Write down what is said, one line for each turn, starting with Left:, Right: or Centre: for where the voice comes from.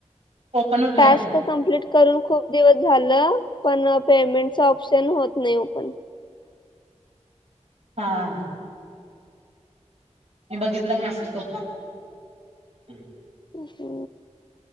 Right: ओपन होत
Left: टास्क
Right: नाही
Left: कम्प्लीट करून खूप दिवस झालं पण पेमेंट चा ऑप्शन होत नाही ओपण
Right: हा मी बघितला मेसेज कम्प्लीट
Left: ओ‌ हो